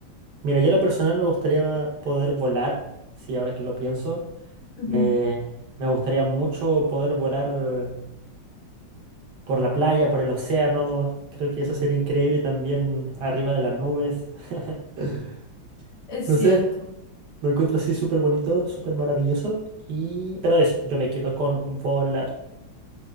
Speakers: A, on the right; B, on the left.
A: Mira, yo en lo personal me gustaría poder volar, sí, ahora que lo pienso.
B: Ujú.
A: Eh, me gustaría mucho poder volar por la playa, por el océano. Creo que eso sería increíble también arriba de las nubes. <laughs>
B: Es
A: No
B: cierto,
A: sé. Lo encuentro así súper bonito, súper maravilloso. Y... Pero eso, yo me quedo con volar.